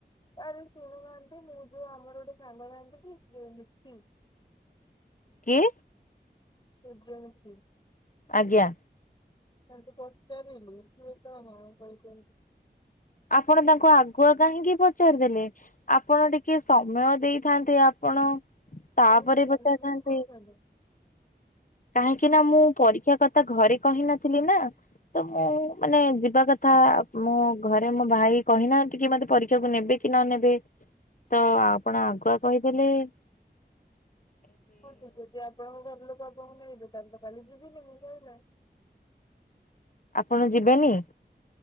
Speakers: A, on the left (about 25°); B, on the left (about 50°).
A: ଆରେ ଶୁଣୁନାହାନ୍ତି, ମୁଁ ଯୋଉ ଆମର ଗୋଟେ ସାଙ୍ଗ ନାହାନ୍ତି କି, ଯୋଉ ଲିପି
B: କିଏ?
A: ସୂର୍ଯ୍ୟମୁଖୀ।
B: ଆଜ୍ଞା।
A: ତାଙ୍କୁ ପଚାରିଲି ସିଏ ତ ହଁ କହିଛନ୍ତି।
B: ଆପଣ ତାଙ୍କୁ ଆଗୁଆ କାହିଁକି ପଚାରିଦେଲେ ଆପଣ ଟିକେ ସମୟ ଦେଇଥାନ୍ତେ। ଆ ପଣ ତାପରେ
A: କଣ ଟିଚର
B: ପଚାରିଥାନ୍ତେ।
A: ମାନେ ବି କହୁଛନ୍ତି?
B: କାହିଁକି ନା ମୁଁ ପରୀକ୍ଷା କଥା ଘରେ କହି ନଥିଲି ନା। ତ ମୁଁ ମାନେ ଯିବା କଥା ଆ ମୁଁ ଘରେ ମୋ ଭାଇ କହିନାହାନ୍ତି କି ମତେ ପରୀକ୍ଷାକୁ ନେବେ କି ନ ନେବେ? ତ ଆପଣ ଆଗୁଆ କହିଦେଲେ। <inaudible>
A: ହଁ ସିଏ ଯଦି ଆପଣଙ୍କ ଘର ଲୋକ ତାକୁ କହୁନୁ ଏଇ ଦୋକାନ ତ କାଲି ଯିବିନି ମୁଁ ସଇଲା।
B: ଆପଣ ଯିବେନି?